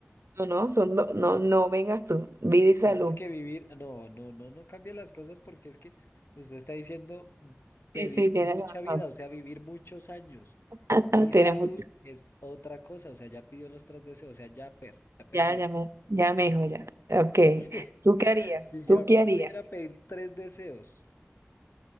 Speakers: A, on the right; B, on the left.
A: no, no, son do- no, no vengas tú, vida y salud.
B: No porque vivir, no, no, no, no cambia las cosas porque es que usted está diciendo mm, pedir
A: Sí, sí, tienes
B: mucha
A: razón.
B: vida, o sea, vivir muchos años.
A: <laughs>
B: Y
A: Tienes
B: salud
A: mucha
B: es otra cosa, o sea, ya pidió los tres deseos, o sea, ya per, ya perdió.
A: Ya, ya me, ya me dijo ya. Ok.
B: <laughs>
A: ¿Tú qué harías?
B: Si
A: ¿Tú
B: yo
A: qué harías?
B: pudiera pedir tres deseos,